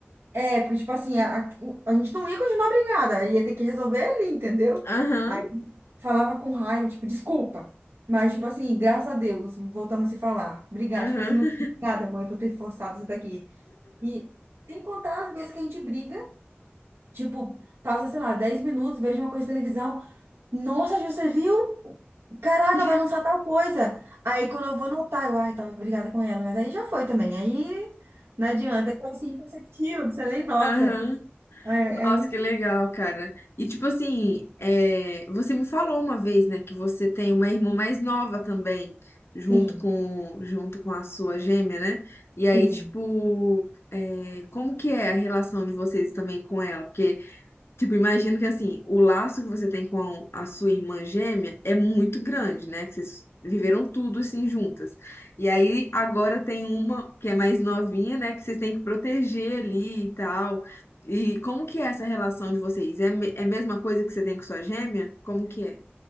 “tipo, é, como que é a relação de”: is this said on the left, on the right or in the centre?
Left